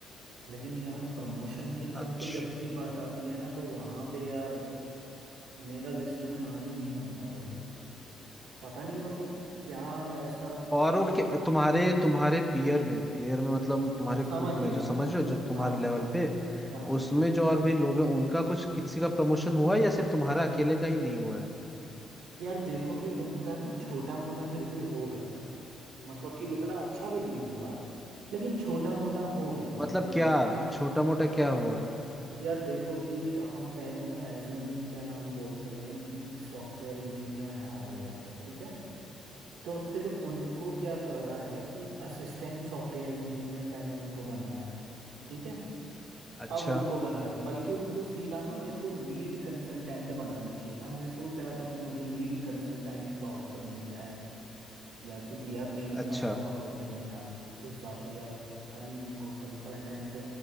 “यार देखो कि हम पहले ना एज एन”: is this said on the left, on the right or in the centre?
Right